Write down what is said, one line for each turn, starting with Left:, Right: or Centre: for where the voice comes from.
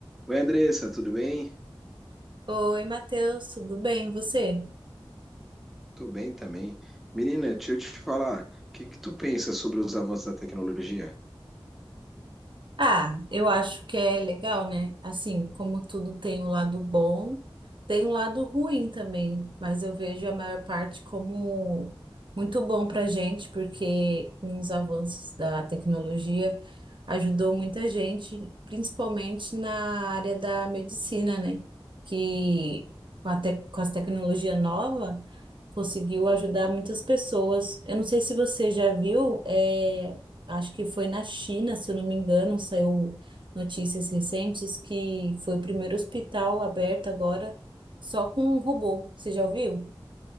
Centre: Oi, Andressa, tudo bem?
Right: Oi, Matheus, tudo bem? E Você?
Centre: Tô bem também. Menina, deixa eu te falar, o que que tu pensa sobre os avanços da tecnologia?
Right: Ah, eu acho que é legal, né? Assim, como tudo tem um lado bom, tem um lado ruim também, mas eu vejo a maior parte como muito bom para a gente, porque com os avanços da tecnologia ajudou muita gente, principalmente na área da medicina, né? Que com a tec- com as tecnologias novas. conseguiu ajudar muitas pessoas. Eu não sei se você já viu, é, acho que foi na China, se eu não me engano, saiu notícias recentes que foi o primeiro hospital aberto agora só com um robô. Você já ouviu?